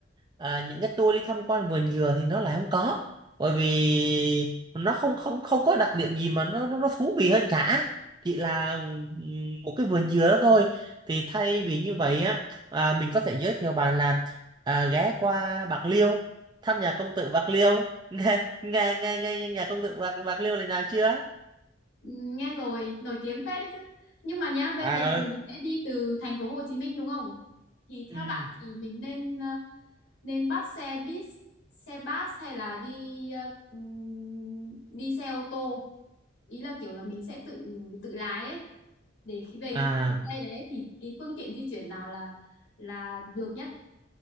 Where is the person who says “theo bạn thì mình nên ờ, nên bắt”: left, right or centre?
Left